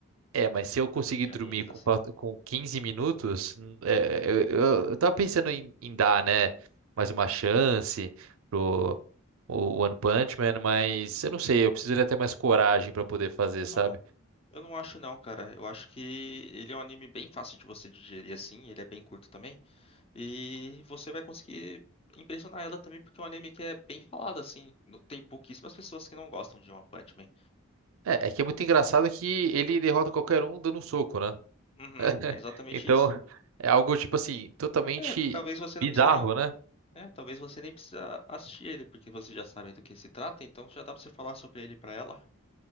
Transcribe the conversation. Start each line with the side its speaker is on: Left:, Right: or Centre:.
Right: É, mas se eu conseguir
Left: De
Right: dormir
Left: animes,
Right: com,
Left: assim.
Right: falta- com 15 minutos, hum, é, eu, eu, eu tava pensando em, em dar, né, mais uma chance pro o One Punch Man, mas eu não sei, eu precisaria ter mais coragem pra poder fazer,
Left: Não,
Right: sabe?
Left: eu não acho não, cara. Eu acho que ele é um anime bem fácil de você digerir, assim. Ele é bem curto também. E você vai conseguir impressionar ela também, porque é um anime que é bem falado, assim. Não- Tem pouquíssimas pessoas que não gostam de One Punch Man.
Right: É, é que é muito engraçado que ele derrota qualquer um dando um soco, né?
Left: Uhum,
Right: <laughs>
Left: é exatamente
Right: Então,
Left: isso.
Right: é algo, tipo assim, totalmente
Left: É, talvez você não
Right: bizarro,
Left: precisa nem
Right: né?
Left: É, talvez você nem precisa assistir ele, porque você já sabe do que se trata, então já dá pra você falar sobre ele pra ela